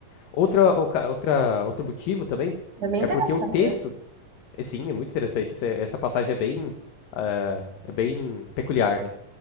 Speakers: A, on the left; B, on the right.
A: Outra, oca- outra, outro motivo também
B: é bem
A: é
B: interessante,
A: porque o texto,
B: né?
A: é, sim, é muito interessante, essa, essa passagem é bem, ah, é bem peculiar, né?